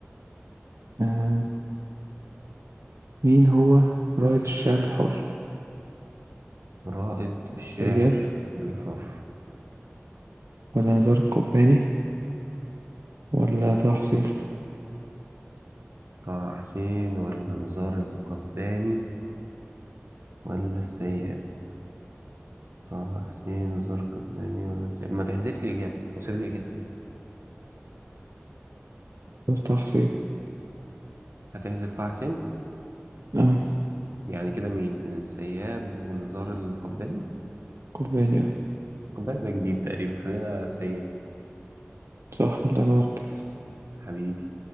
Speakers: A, on the right; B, on the right.
A: آم، مين هو رائد الشعر الحر
B: رائد الشعر
A: السياب
B: الحر
A: ولا نزار القباني ولا طه حسين
B: طه حسين ولا نزار القباني ولا السيد طه حسين زرقداني ولا سياب ما تحذف لي إجابة وسيب لي إجابتين
A: عارف طه حسين
B: هتحذف طه حسين
A: اه
B: يعني كده مين السياب ونزار القباني
A: قباني اه
B: القباني ده جديد تقريبا خلينا السياب
A: صح الله ينور عليك
B: حبيبي